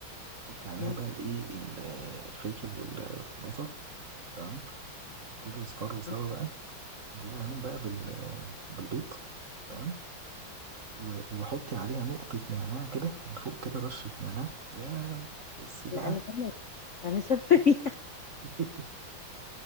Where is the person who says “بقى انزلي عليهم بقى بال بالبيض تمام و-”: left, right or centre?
Right